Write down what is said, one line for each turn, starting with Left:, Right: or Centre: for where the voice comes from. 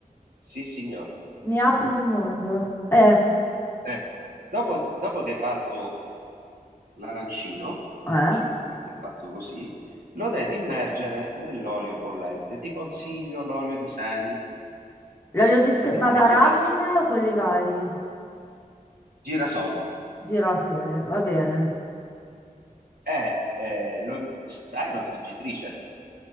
Right: Sì, signore.
Left: Mi apre un mondo. Eh,
Right: Eh, Dopo, dopo che hai fatto l'arancino,
Left: eh.
Right: diciamo perché è fatto così, lo devi immergere nell'olio bollente. Ti consiglio l'olio di semi
Left: L'olio di se-
Right: perché
Left: ma
Right: frigge
Left: d'arachide
Right: meglio.
Left: o quelli vari?
Right: Girasoli.
Left: Girasole, va bene.
Right: Eh, eh, lo- s- sai una friggitrice?